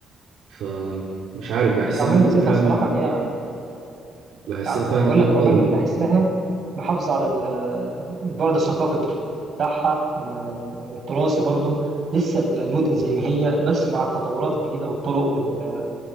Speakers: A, on the right; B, on the right.
A: فمش عارف بحسها
B: هي عمان
A: ممكن
B: ميزتها
A: فعلا
B: الصراحة إن هي
A: بحسها
B: يعني
A: فعلا
B: أنا بقول
A: افضل
B: لك عمان بحسها محافظة على ال- البعد الثقافي بتاعها والتراثي برضه لسه المدن زي ما هي بس مع التطورات الجديدة والطرق وال